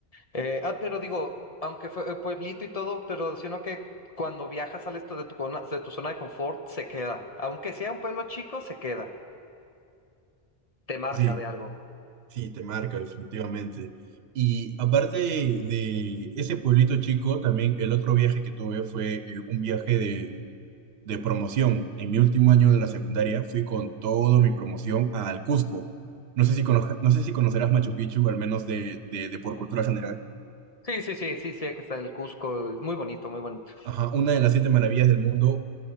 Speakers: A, on the left (about 40°); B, on the right (about 75°).
A: Eh, ah, pero digo, aunque fue eh, pueblito y todo, pero sino que cuando viajas sales tú de tu, cona- de tu zona de confort, se queda. Aunque sea un pueblo chico, se queda. Te marca
B: Sí.
A: de algo.
B: Sí, te marca, definitivamente. Y aparte de ese pueblito chico, también el otro viaje que tuve fue eh, un viaje de, de promoción. En mi último año de la secundaria fui con toda mi promoción al Cusco. No sé si, conoja- no sé si conocerás Machu Picchu, al menos de, de, de por cultura general.
A: Sí, sí, sí, sí, sí, que está el Cusco. es Muy bonito, muy bonito.
B: Ajá, una de las siete maravillas del mundo.